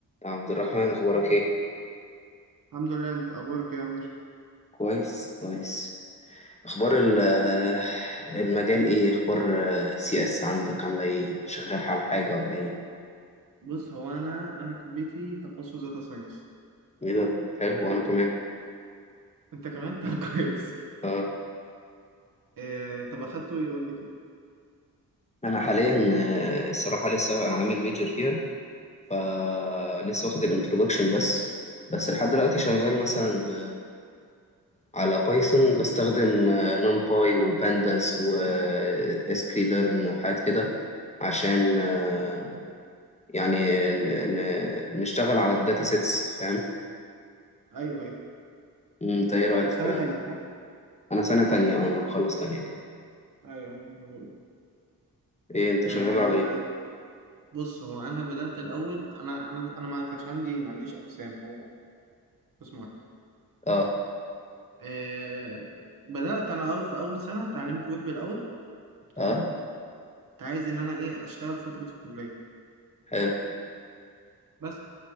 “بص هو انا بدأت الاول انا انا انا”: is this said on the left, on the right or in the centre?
Right